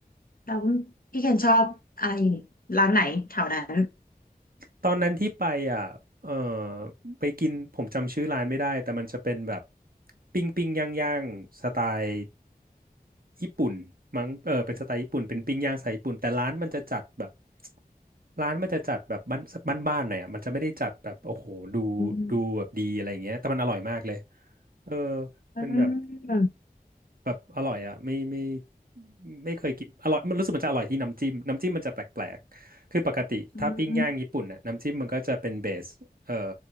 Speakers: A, on the left (about 65°); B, on the right (about 65°).
A: เราพี่เคนชอบอะไรร้านไหนแถวนั้น
B: ตอนนั้นที่ไปอ่ะเออไปกินผมจำชื่อร้านไม่ได้แต่มันจะเป็นแบบปิ้งปิ้งย่างย่างสไตล์ญี่ปุ่นมั้งเออเป็นสไตล์ญี่ปุ่นเป็นปิ้งย่างสไตล์ญี่ปุ่นแต่ร้านมันจะจัดแบบร้านมันจะจัดแบบบ้านบ้านๆหน่อยอ่ะมันจะไม่ได้จัดแบบโอ้โหดู
A: อืม
B: ดูแบบดีอะไรอย่างเงี้ยแต่มันอร่อยมากเลยเออ
A: อืมอืม
B: เป็นแบบ แบบอร่อยอ่ะไม่ไม่ไม่เคยกินอร่อยมันรู้สึกมันจะอร่อยที่น้ำจิ้มน้ำจิ้มมันจะแปลกๆคือปกติถ้าปิ้งย่างญี่ปุ่นน่ะน้ำจิ้มมันก็จะเป็นเบสเอ่อ
A: อืม